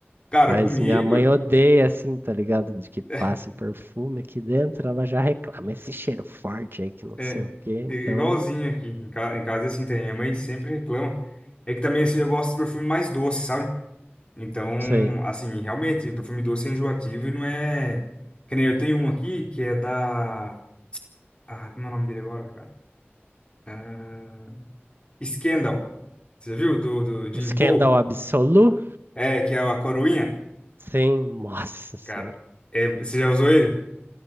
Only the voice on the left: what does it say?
Cara,
comigo
é
é
é igualzinho
aqui. Em ca- em casa, é assim, tem. Minha mãe sempre reclama. É que também, assim, eu gosto de perfume mais doce, sabe? Então,
assim, realmente, perfume doce é enjoativo e não é. Que nem eu tenho um aqui que é da. Ah, como é o nome dele agora, cara? Ah, Scandal. Você já viu? Do, do Jim
Paul?
É, que é a coroinha.
Cara, é... você já usou ele?